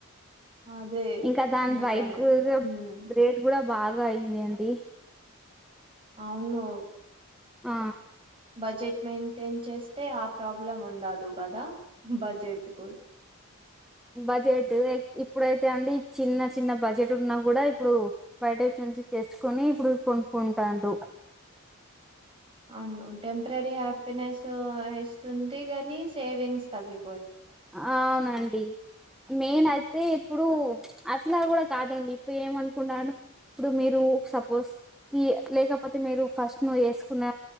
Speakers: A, on the right (about 25°); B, in the centre.
A: అదే
B: ఇంకా దాని
A: నిజమే
B: రైట్
A: ఉమ్
B: రేట్ కూడా బాగా అయింది అండి
A: అవును
B: ఆ
A: బడ్జెట్ మెయింటెన్ చేస్తే ఆ ప్రాబ్లం ఉండదు కదా బడ్జెట్ కు
B: బడ్జెట్ ఇప్పుడైతే అండి చిన్న చిన్న బడ్జెట్ ఉన్నా కూడా ఇప్పుడు బయట నుంచి తెచ్చుకొని ఇప్పుడు కొను కొనుకుంటారు
A: అవును టెంపరరీ హ్యాపీనెస్ ఇస్తుంది గాని సేవింగ్స్ తగ్గి
B: అవునండి మెయిన్ అయితే ఇప్పుడు అట్లా కూడా కాదండి ఇప్పుడు ఏమనుకున్నాను ఇప్పుడు మీరు సపోజ్ తీ లేకపోతే మీరు ఫస్ట్ నువ్వు వేసుకున్న